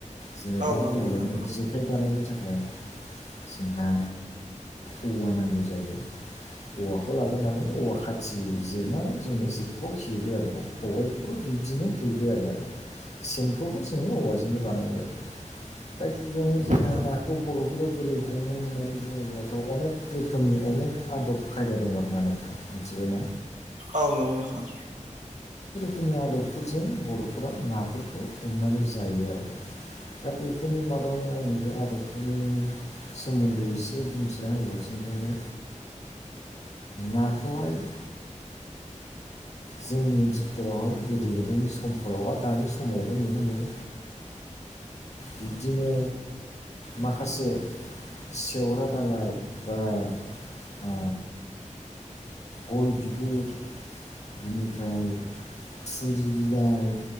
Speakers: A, on the left; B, on the right.
A: जेनेबा
B: औ नंगौ
A: गिबियावनो
B: नोंथां
A: जेखाइ बानायनो थाखाय जोंहा औवा नांगौ जायो। औवाखौ लाबोनानै औवा खाथिजिरनानै जोङो जेखौ हेबो आरो ना खबायखौबो बिदिनो हेबो आरो आरो सेनखौबो जोङो औवाजोंनो बानायो आरो। गिबियावनो जोंहा
B: नोंथां
A: नाखौ बर'फोरा बोरै हमो होननानै बुङोब्लाथ' अनेक रोखोमनि अनेक आदब खायदा दं आरोना नोंथां मिथिबायना
B: औ नंगौ नोंथां।
A: जोंनि आदबफोरजों बर'फोरा नाफोरखौ हमनानै जायो आरो ना। दा बेफोरनि मादावनो आङो बे आदबफोरनि सोमोनदै एसे बुंथिना होबावनोसै नोंथांनो नाखौहाय <inaudible> जोंनि ओनसोलफोरावहाय गोदो गोदायनि समफोराव आरो दानि समावबो नुनो मोनो। बिदिनो माखासे सेवरा दालाय बा आ गय बिगुर बिनिफ्राय थुरि बिलाइ